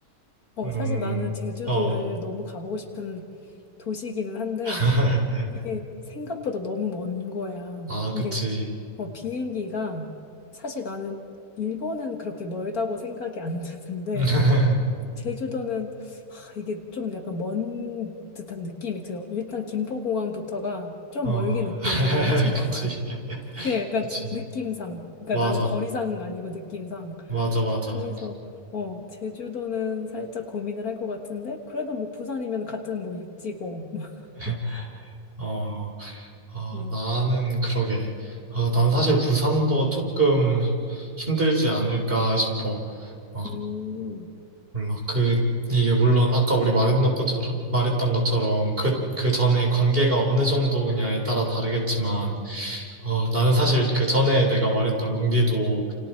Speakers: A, on the left; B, on the right.
A: 어
B: 음,
A: 사실 나는 제주도를
B: 어,
A: 너무 가보고 싶은 도시기는 한데
B: <laughs>
A: 이게 생각보다 너무 먼 거야.
B: 아, 그치.
A: 이게 어 비행기가 사실 나는 일본은 그렇게 멀다고 생각이 안 <laughs> 드는데
B: <laughs>
A: 제주도는 하, 이게 좀 약간 먼 듯한 느낌이 들어. 일단 김포공항부터가 좀
B: 어,
A: 멀게 느껴지고
B: <laughs>
A: 인천공항
B: 그치,
A: <laughs> 그냥 약간
B: 그치.
A: 느낌상. 그러니까
B: 맞아,
A: 나는 거리상 아니고 느낌상.
B: 맞아, 맞아.
A: 그래서 어 제주도는 살짝 고민을 할 것 같은데 그래도 뭐 부산이면 같은 뭐 육지고. <laughs>
B: <laughs> 어, 아,
A: 음.
B: 나는 그러게. 아, 난 사실 부산도 조금 힘들지 않을까 싶어. 막
A: 음.
B: 몰라 그 이게 물론 아까 우리 말했던 것처럼 말했던 것처럼 그 그 전에 관계가 어느 정도냐에 따라 다르겠지만 어 나는 사실 그 전에 내가 말했던 롱디도